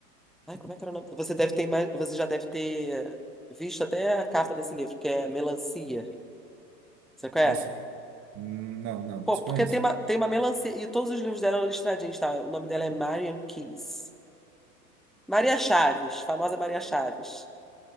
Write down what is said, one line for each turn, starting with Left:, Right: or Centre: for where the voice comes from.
Centre: Ai, como é que era o nome? Você deve ter, ima- você já deve ter visto até a capa desse livro, que é Melancia. Você conhece?
Right: Nossa, não, não,
Centre: Pô,
Right: desconheço.
Centre: porque tem uma, tem uma melancia. E todos os livros dela eram listradinhos, tá? O nome dela é Marian Keyes. Maria Chaves, famosa Maria Chaves.